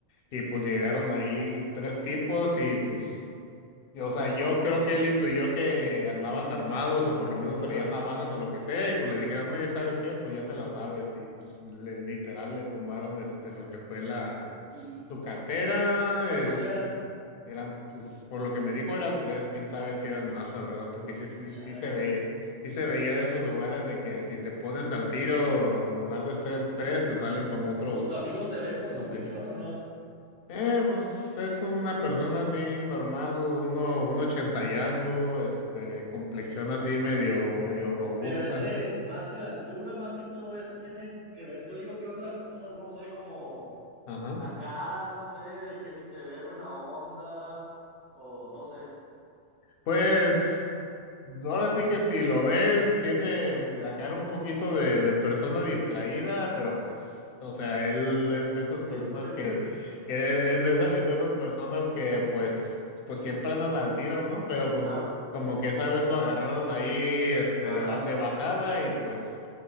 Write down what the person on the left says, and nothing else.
y pues llegaron ahí tres tipos y pues, y, o sea, yo creo que él intuyó que andaban armados o por lo menos
traían navajas o lo que sea y pues le dijeron, oye, ¿sabes qué? Pues ya te la sabes y pues le, literal le tumbaron este, lo que fue la
su cartera,
eh,
eran, pues, por lo que me dijo eran tres, quién sabe si eran más, la verdad, porque
sí, sí,
sí se veía, sí se veía de esos lugares de que si te pones al tiro, en lugar de ser tres, te salen como otros,
otros
seis.
Eh, pues es una persona así normal, uno,
un ochenta y algo, este, complexión así medio, medio robusta.
Ajá.
Pues ahora sí que si lo ves, tiene la cara un poquito de, de persona distraída, pero pues, o sea, él es de esas
personas
que, que es de esa- es de esas personas que pues, pues siempre andan al tiro, ¿no? Pero pues
como que esa vez lo agarraron ahí, este,
de, ba- de bajada y pues,